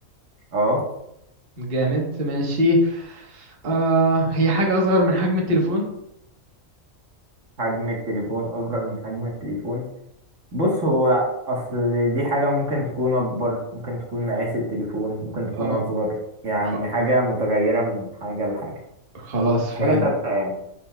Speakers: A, on the right; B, on the right.
A: اه
B: جامد ماشي آه هي حاجة أصغر من حجم التليفون
A: حجم التليفون اصغر من حجم التليفون بص هو اصل دي حاجة ممكن تكون اكبر ممكن تكون مقاس التليفون ممكن تكون
B: اه
A: اصغر يعني
B: خ...
A: حاجة متغيرة من حاجة لحاجة
B: خلاص
A: مش
B: فهمت
A: حاجة ثابتة يعني